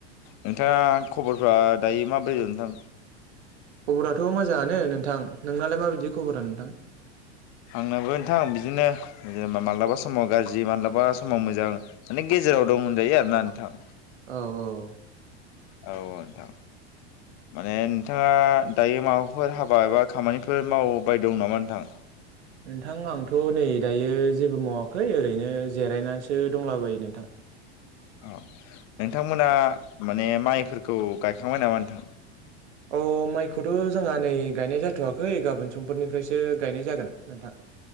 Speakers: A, on the left; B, on the right.
A: नोंथाङा खबरफ्रा दायो माबोर नोंथां
B: खबराथ' मोजाङानो नोंथां नोंनालाय माबायदि खबरा नोंथां
A: आंनाबो नोंथां बिदिनो जेनेबा माबलाबा समाव गाज्रि माबलाबा समाव मोजां माने गेजेर गेराव दं होनजायो आर ना नोंथां
B: औ औ
A: औ नोंथां। माने नोंथाङा दायो माबाफोर हाबा एबा खामानिफोर मावबाय दं नामा नोंथां
B: नोंथां आंथ' नै दायो जेबो मावाखै ओरैनो जिरायनानैसो दंलाबायो नोंथां
A: अ नोंथांमोना माने माइफोरखौ गायखांबाय नामा नोंथां
B: अ माइखौथ' जोंहा नै गायनाय जाथवाखै गाबोन समफोरनिफ्रायसो गायनाय जागोन नोंथां।